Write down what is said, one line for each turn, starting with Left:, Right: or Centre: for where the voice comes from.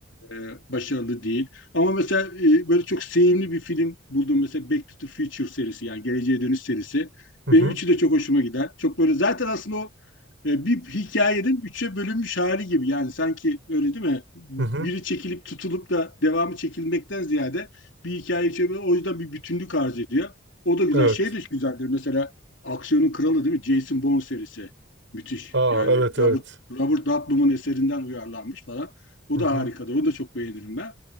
Left: e, başarılı değil. Ama mesela e, böyle çok sevimli bir film buldum. Mesela Back to the Future serisi yani Geleceğe Dönüş serisi.
Right: hı hı
Left: Benim
Right: hı
Left: üçü de çok hoşuma gider. Çok böyle zaten aslında o e, bir hikayenin üçe bölünmüş hali gibi. Yani sanki öyle değil mi?
Right: hı. hı.
Left: Biri çekilip tutulup da devamı çekilmekten ziyade bir hikaye üçe böl- o yüzden bir bütünlük arz ediyor. O da güzel.
Right: Evet.
Left: Şey de güzeldir. Mesela aksiyonun kralı değil mi? Jason Bourne serisi. Müthiş.
Right: Aa
Left: Yani
Right: evet evet.
Left: Robert Robert Ludlum'un eserinden uyarlanmış falan. O
Right: Hı
Left: da
Right: hı
Left: harikadır. Onu da çok beğenirim ben.